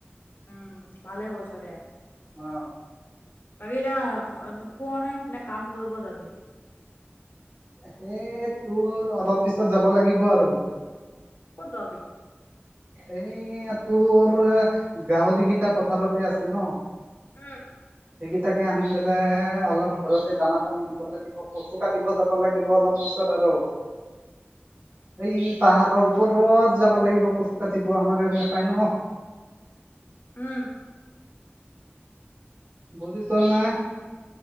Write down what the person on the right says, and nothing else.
অ
হেই তোৰ অলপ পিছত যাব লাগিব আৰু।
এই তোৰ গাহৰিকেইটা পথাৰতে আছে ন।
সেইকেইটাকে আনিম পেলাই অলপ ঘৰতে দানা পানী দিব লাগিব কচু কাটিব যাব লাগিব অলপ। পিছত আৰু
এই পাহাৰৰ ওপৰত যাব লাগিব কচু কাটিব আমাৰ ইয়াত নাপায় ন।
বুজিছ নাই